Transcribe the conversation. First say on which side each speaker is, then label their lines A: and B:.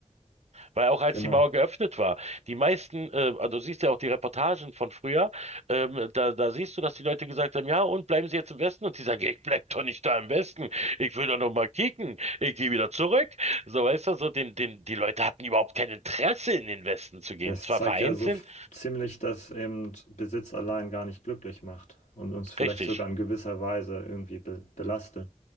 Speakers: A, on the right; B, on the left.
A: Weil auch als
B: genau.
A: die Mauer geöffnet war, die meisten, äh, also du siehst ja auch die Reportagen von früher, ähm, da, da siehst du, dass die Leute gesagt haben, ja, und bleiben Sie jetzt im Westen? Und die sagen, ich bleib doch nicht da im Westen, ich will doch noch mal kicken, ich gehe wieder zurück. So, weißt du, so den, den, die Leute hatten überhaupt kein Interesse, in den Westen zu gehen.
B: Das
A: Zwar
B: zeigt
A: vereinzelt,
B: ja so f- ziemlich, dass eben Besitz allein gar nicht glücklich macht und uns vielleicht
A: Richtig.
B: sogar in gewisser Weise irgendwie be belastet.